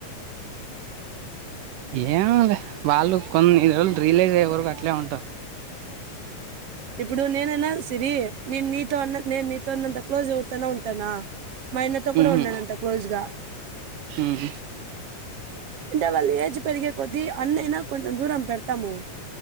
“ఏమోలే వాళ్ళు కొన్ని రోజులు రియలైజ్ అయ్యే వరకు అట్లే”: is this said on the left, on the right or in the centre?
Right